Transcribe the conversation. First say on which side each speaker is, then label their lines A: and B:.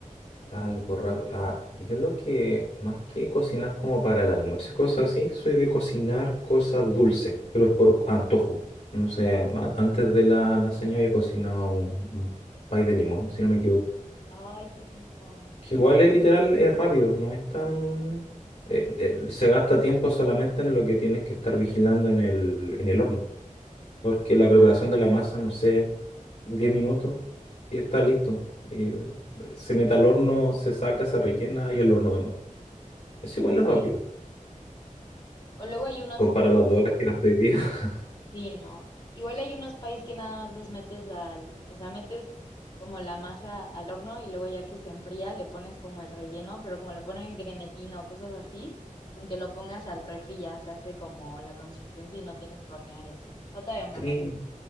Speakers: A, on the left; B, on the left.
A: Algo rápido. Ah, yo lo que, más que cocinar como para el almuerzo y cosas así, soy de cocinar cosas dulces, pero es por antojo. No sé, a- antes de la lasaña había cocinado un, un pay de limón, si no me equivoco.
B: Ay, qué rico.
A: Que igual es literal, es rápido, no es tan... eh, eh, se gasta tiempo solamente en lo que tienes que estar vigilando en el, en el horno porque la
B: Ah,
A: preparación de
B: ok.
A: la masa, no sé, 10 minutos y está listo. Y eh, se mete al horno, se saca, se rellena y al horno de nuevo. Es igual es
B: Sí.
A: rápido,
B: O luego hay unos,
A: comparado a las dos horas que gasté hoy día. <laughs>
B: Sí, no. Igual hay unos países que nada más los metes al, o sea, metes como la masa al horno y luego ya que se enfría le pones como el relleno, pero como le ponen grenetina o cosas así, con que lo pongas al refri ya se hace como la consistencia y no tienes que hornear y así. Está todavía más
A: Sí,
B: rápido.